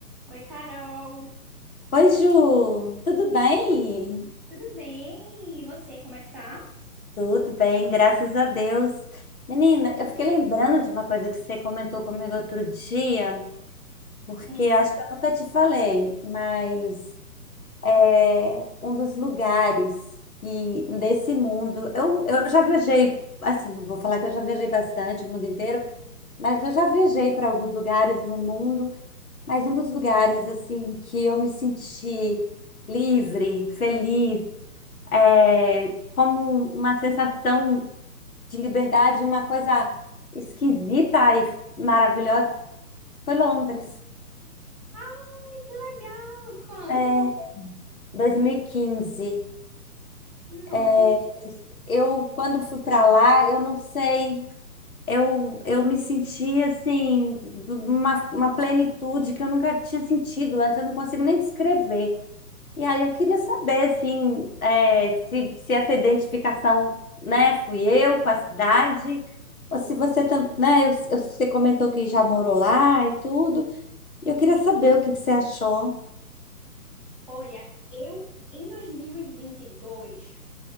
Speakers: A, in the centre; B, on the left.
A: Oi, Carol.
B: Oi, Ju,
A: Sim.
B: tudo bem?
A: Tudo bem? E você, como é que tá?
B: Tudo bem, graças a Deus. Menina, eu fiquei lembrando de uma coisa que você comentou comigo outro dia, porque
A: Hum.
B: acho que eu nunca te falei, mas é um dos lugares e desse mundo. Eu, eu já viajei, assim, não vou falar que eu já viajei bastante o mundo inteiro, mas eu já viajei para alguns lugares no mundo, mas um dos lugares, assim, que eu me senti livre, feliz, é, como uma sensação de liberdade, uma coisa esquisita e maravilhosa,
A: hum.
B: foi Londres,
A: Ai, que legal! Quando?
B: é, 2015.
A: Não.
B: É, eu, quando fui para lá, eu não sei, eu, eu me senti assim, de uma, uma plenitude que eu nunca tinha sentido antes, eu não consigo nem descrever. E aí eu queria saber, assim, é, se, se essa identificação, né, fui eu com a cidade, ou se você também, né, eu- eu- você comentou que já morou lá e tudo, e eu queria saber o que que você achou.
A: Olha, eu em 2022,